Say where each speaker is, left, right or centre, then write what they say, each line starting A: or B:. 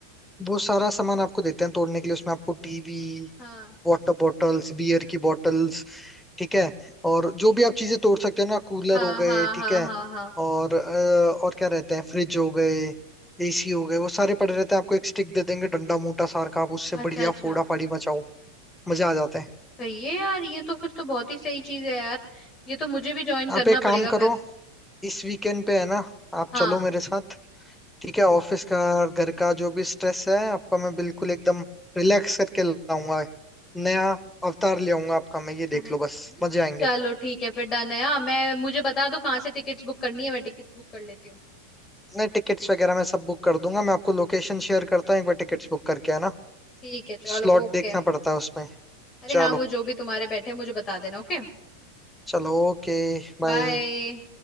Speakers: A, in the centre; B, on the left (about 30°).
A: वो सारा सामान आपको देते हैं तोड़ने के लिए उसमें आपको टीवी
B: हाँ
A: वाटर बॉटल्स बियर की बॉटल्स ठीक है और जो भी आप चीजें तोड़ सकते हो ना कूलर
B: हाँ
A: हो गए
B: हाँ हाँ
A: ठीक है
B: हाँ हाँ
A: और अ, और क्या रहते हैं फ्रिज हो गए एसी हो गए वो सारे पड़े रहते हैं आपको एक स्टिक दे देंगे डंडा मोटा सार का आप उससे
B: अच्छा
A: बढ़िया
B: अच्छा
A: फोड़ा फाड़ी मचाओ मजा आ जाता है
B: सही है यार ये तो फिर तो बहुत ही सही चीज है यार ये तो मुझे भी ज्वाइन करना
A: आप एक
B: पड़ेगा
A: काम करो
B: फिर
A: इस वीकेंड पे है ना आप
B: हाँ
A: चलो मेरे साथ ठीक है ऑफिस का और घर का जो भी स्ट्रेस है आपका मैं बिल्कुल एकदम रिलैक्स करके लाऊंगा नया अवतार ले आऊंगा आपका मैं ये
B: <laughs>
A: देख लो बस मजे आएंगे
B: चलो ठीक है फिर डन है हाँ मैं मुझे बता दो कहाँ से टिकट्स बुक करनी है मैं टिकट्स बुक कर लेती हूँ
A: नहीं टिकट्स वगैरह मैं सब बुक कर दूंगा मैं आपको लोकेशन शेयर करता हूँ एक बार टिकट्स बुक करके है ना
B: ठीक है चलो
A: स्लॉट
B: ओके
A: देखना पड़ता है उसमें
B: अरे
A: चलो
B: हाँ वो जो भी तुम्हारे बैठे मुझे बता देना ओके
A: चलो ओके बाय
B: बाय